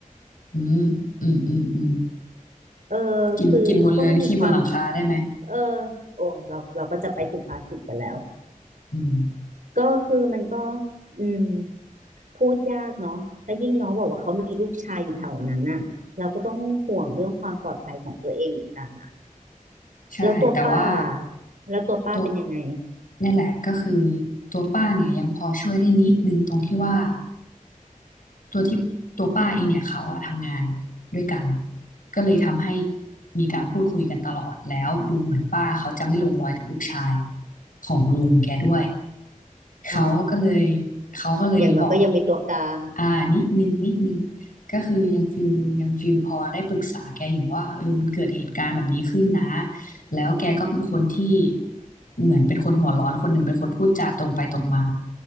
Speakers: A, on the left; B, on the right.
A: อืมอืมอืมอืม
B: เออ
A: กินกินบนเรือนี่ขี้บนหลังคาได้ไหม
B: คือก็ไม่มีความเออโอ้เราเราก็จะไปสุภาษิตกันแล้ว
A: อืม
B: ก็คือมันก็อืมพูดยากเนาะแล้วยิ่งน้องบอกว่าเขามีลูกชายอยู่แถวนั้นน่ะเราก็ต้องห่วงเรื่องความปลอดภัยของตัวเองเหมือนกันน่ะ
A: ใช่แต่ว่า
B: แล้วตัวป้าแล้วตัวป้าเป็นยังไง
A: ตัวเนี่ยแหละก็คือตัวป้าเนี่ยยังพอช่วยได้นิดนึงตรงที่ว่าตัวที่ตัวป้าเองเนี่ยเขาอะทำงานด้วยกันก็เลยทำให้มีการพูดคุยกันตลอดแล้วดูเหมือนป้าเขาจะไม่ลงรอยกับลูกชายของลุงแกด้วย เขาก็เลย
B: อ๋อ
A: เขาก็เลยบอก
B: อย่างน้อยก็ยังมีตัวกลาง
A: อ่านิดนึงนิดนึงก็คือยังฟิลยังฟิลพอได้ปรึกษาแกอยู่ว่าเออมันเกิดเหตุการณ์แบบนี้ขึ้นนะแล้วแกก็เป็นคนที่เหมือนเป็นคนหัวร้อนคนหนึ่งเป็นคนพูดจาตรงไปตรงมา